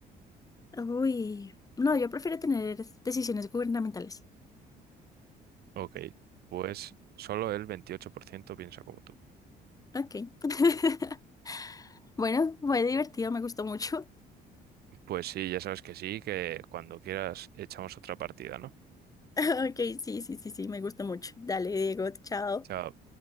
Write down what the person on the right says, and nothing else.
Ok, pues solo el 28% piensa como tú.
Pues sí, ya sabes que sí, que cuando quieras echamos otra partida, ¿no?
Chao.